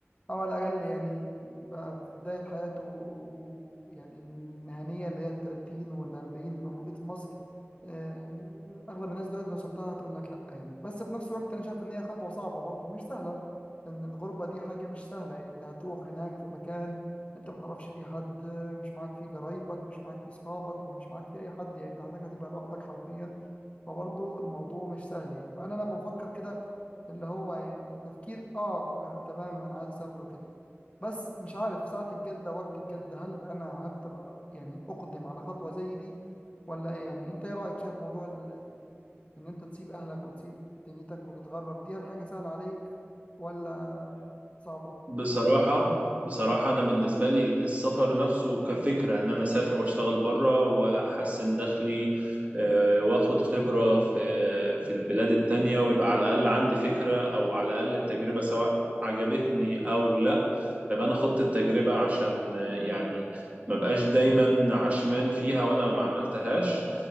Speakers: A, on the left; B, on the right.
A: أو على الأقل يعني يبقى في بداية حياته يعني المهنية اللي هي التلاتين والأربعين يبقى موجود في مصر آه، أغلب الناس دلوقتي لو سبتها هتقول لك لأ يعني بس في نفس الوقت أنا شايف إن هي خطوة صعبة برضه مش سهلة لأن الغربة دي حاجة مش سهلة يعني أنت هتروح هناك في مكان أنت ما تعرفش فيه حد آه، مش معاك فيه قرايبك مش معاك فيه أصحابك ما- مش معاك فيه أي حد يعني أنت هناك هتبقى لوحدك حرفيا فبرضه الموضوع مش سهل يعني فأنا لما بفكر كده اللي هو يعني تفكير اه انا تمام انا عايز اسافر وكده بس مش عارف ساعة الجدة وقت الجدة هل انا هقدر أ- يعني اقدم على خطوة زي دي ولا ايه يعني انت ايه رأيك شايف موضوع ال- ان انت تسيب اهلك وتسيب دنيتك وتتغرب دي هل حاجة سهلة عليك ولا صعبة
B: بصراحة بصراحة أنا بالنسبة لي السفر نفسه كفكرة إن أنا أسافر وأشتغل بره وأحسن دخلي آه، وآخد خبرة في في البلاد التانية ويبقى على الأقل عندي فكرة أو على الأقل التجربة سواء عجبتني أو لأ فيبقى أنا خدت التجربة عشان آه، يعني ما بقاش دايما عشمان فيها وأنا ما عملتهاش